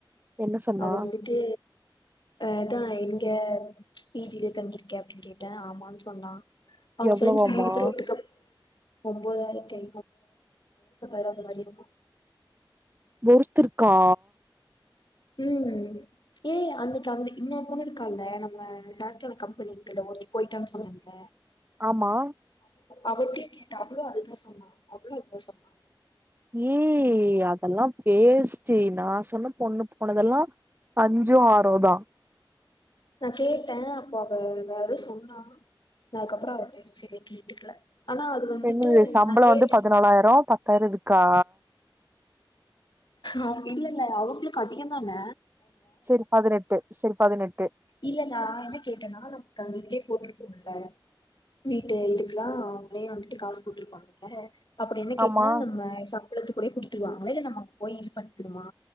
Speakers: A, on the right; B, on the left.
A: என்ன சொன்னா
B: அவருலிட்டு அஹ் தா இங்க பீஜுயில தங்கிருக்கேயா அப்டின்னு கேட்டேன் ஆமான் சொன்னா அவுங்க
A: எவ்வளவாமா
B: ப்ரென்ஸ் மூணு பேர் ஒட்டுக்க ஒம்போதாயிரத்து ஐநூறு ரூபா <unintelligible>
A: வெறுத்துருக்கா
B: உம் ஏய் அந்த இந்த இன்னும் பொண்ணு இருக்கா இல்ல நம்ம சாப்ட்வேர் கம்பெனிக்கு போயிட்டான்னு சொன்னேன்ல
A: ஆமா
B: அவிட்டே கேட்டா அவ்ளோ அதுதான் சொன்னா - அவ்ளோ அதுதான் சொன்னா
A: ஏய் அதெல்லாம் பேஸ்டு நா சொன்ன பொண்ணு போனதெல்லா அஞ்சோ ஆறோ தான்
B: நா கேட்டேன் ண அப்போ அவ வேரெதோ சொன்னா நா அதுக்கப்பறம் அவகிட்ட எது செரிய கேட்டுக்கல ஆனா அது வந்துட்டு
A: என்னது சம்பளம்
B: நா கேட்டே
A: வந்து பதினாலாயிரம் பத்தாயிரம் இதுக்கா
B: ஆஹ் இல்ல-இல்ல அவங்களுக்கு அதிக தாங்க
A: செரி பதினெட்டு-செரி பதினெட்டு
B: இல்ல நா என்ன கேட்டனா ந போட்டிருக்கோம்ல வீட்டு இதுக்கெல்லா அவங்களே வந்துட்டு காசு போட்டிருக்காங்கல்ல அப்டின்னு கேட்னா
A: ஆமா
B: <unintelligible> குலத்துகுள்ளே கூட்டிட்டுவ மலைல நம்ப போய் இது பண்ணிக்கணுமா